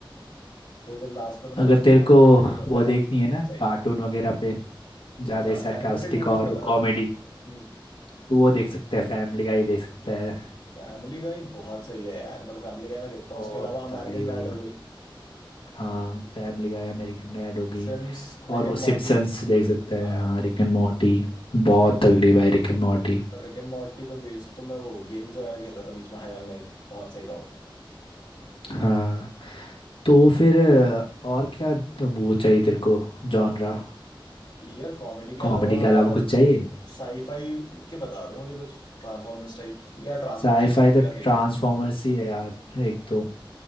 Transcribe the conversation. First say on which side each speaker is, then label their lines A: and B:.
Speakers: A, on the left; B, on the left.
A: तो जब लास्ट में मतलब
B: अगर
A: पूरा
B: तेरे को
A: रिवील होता
B: वो देखनी
A: है
B: है ना
A: सही
B: कार्टून
A: है
B: वगैरह पे ज्यादा
A: हाँ
B: सरकास्टिक
A: एनिमेटेड मूवीज
B: और
A: बता ना
B: कॉमेडी
A: हम्म
B: तो वो देख सकता है फैमिली गाय देख सकता है
A: फैमिली गाय बहुत सही है यार मतलब फैमिली गाय मैं देखता हूँ
B: बहुत
A: उसके अलावा अमेरिकन
B: तगड़ी भाई
A: डैड हो गई
B: हाँ फैमिली गाय अमेरिकन डैड होगी
A: सिम्स रिक
B: और
A: एंड
B: वो
A: मॉर्टी
B: सिम्पसन्स देख सकता है
A: हाँ
B: हाँ रिक एंड मॉर्टी बहुत
A: अरे
B: तगड़ी भाई रिक एंड मॉर्टी
A: रिक एंड मॉर्टी पे बेस्ड तो मैं वो गेम्स वगैरह खेल रहा था बीच में हाई ऑन लाइफ बहुत सही था वो
B: हाँ तो फिर अ, और क्या तो वो चाहिए तेरे को जॉनरा
A: यार कॉमेडी के
B: कॉमेडी
A: अलावा
B: के अलावा कुछ चाहिए
A: साईफाई के बता दे मुझे कुछ ट्रांसफॉर्मर्स टाइप्स या ट्रांसफॉर्मर्स
B: साईफाई
A: पे मैं
B: तो
A: क्या देख
B: ट्रांसफॉर्मर्स
A: लूँ
B: ही है यार एक तो